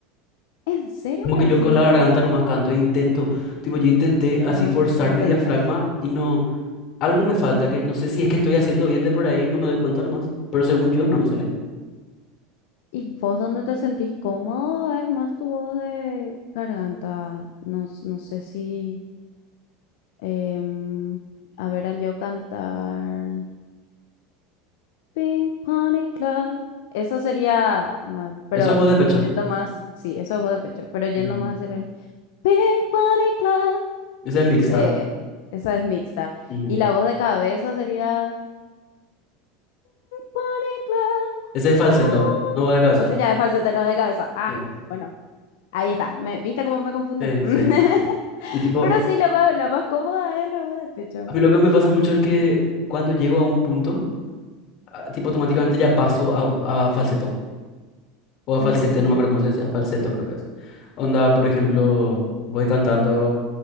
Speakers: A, on the left; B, on the left.
A: ¿En serio
B: Como
A: me
B: que yo
A: decís?
B: con la garganta nomás canto e intento, tipo, yo intenté así
A: Ah,
B: forzar
A: intentas.
B: mi diafragma y no. Algo me falta que no sé si es que estoy haciendo bien de por ahí, no me doy cuenta nomás, pero según yo no me sale.
A: ¿Y vos dónde te sentís cómodo? Es más tu voz de garganta. No, s- no sé si... em, a ver, al yo cantar... Pink Pony Club. Eso sería más, pero
B: Eso es voz de pecho.
A: yendo más... Sí, eso es voz de pecho, pero yendo
B: Ujú.
A: más hacia arriba. Pink Pony Club.
B: Ese es mixta.
A: eh, esa es mixta.
B: Ujú.
A: Y la voz de cabeza sería... Bunny Club.
B: Ese es falseto,
A: I wanna-
B: no voz de cabeza.
A: Ese ya es falsete, no de cabeza. Ah,
B: Sí,
A: bueno, ahí está. Me, ¿Viste cómo me confunde?
B: sí,
A: <laughs>
B: sí. Y tipo,
A: Pero sí, la más, la más cómoda es la voz de pecho.
B: a mí lo que me pasa mucho es que cuando llego a un punto, ah, tipo automáticamente ya paso a, a falseto o a falsete,
A: Mm.
B: no me acuerdo cómo se decía, falseto creo que es. Onda, por ejemplo, voy cantando,